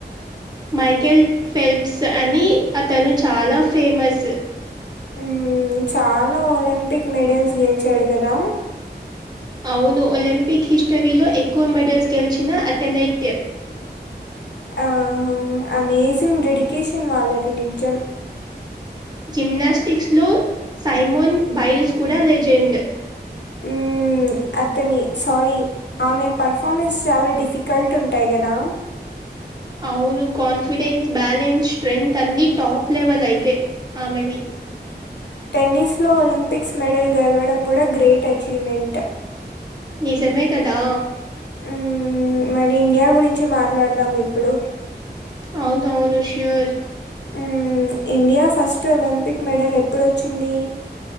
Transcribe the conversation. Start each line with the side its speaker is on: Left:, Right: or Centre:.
Right: మైకేల్ ఫెల్ప్స్ అని అతను చాలా ఫేమస్
Left: ఉమ్ చాలా ఒలింపిక్ మెడల్స్ గెలిచాడు కదా
Right: అవును ఒలింపిక్ హిస్టరీలో ఎక్కువ మెడల్స్ గెలిచిన అథ్లెట్
Left: ఆ అమేజింగ్ డెడికేషన్ వాళ్ళది నిజం
Right: జిమ్నాస్టిక్స్ లో సైమోన్ బైల్స్ కూడా లెజెండ్
Left: ఉమ్ అతని సారీ ఆమె పర్ఫార్మెన్స్ చాలా డిఫికల్ట్ ఉంటయి కదా
Right: అవును కాన్ఫిడెన్స్ బ్యాలెన్స్ స్ట్రెంత్ అన్ని టాప్ లెవెల్ అంతే ఆమెవి
Left: టెన్నిస్ లో ఒలింపిక్స్ మెడల్ గెలవడం కూడా గ్రేట్ అచీవ్మెంట్
Right: నిజమే కదా
Left: ఉమ్ మరి ఇండియా గురించి మాట్లాడదాం ఇప్పుడు
Right: అవునవును sure
Left: um India first Olympic medal ఎప్పుడోచ్చింది